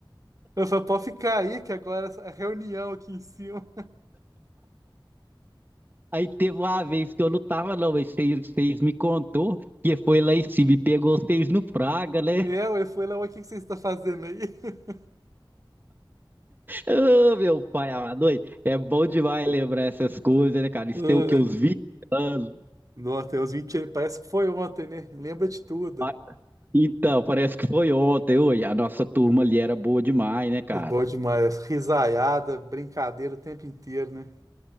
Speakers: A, on the right; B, on the right.
A: eu falei, pode ficar aí, que agora é reunião aqui em cima.
B: Aí teve uma vez que eu não tava, não, mas vocês, vocês me contou que foi lá em cima e pegou vocês no Fraga, né?
A: Eu, eu fui lá, "Ué, o que que você está fazendo aí? <laughs>
B: Ô, meu pai amado, Oi, é bom demais lembrar essas coisas, né, cara? Isso
A: Ai,
B: tem o que, uns 20 anos?
A: nossa, tem uns 20 anos, parece que foi ontem, né? Lembra de tudo.
B: Ah, Então, parece que foi ontem, oi, a nossa turma ali era boa demais, né, cara?
A: É Bom demais. Risaiada, brincadeira o tempo inteiro, né?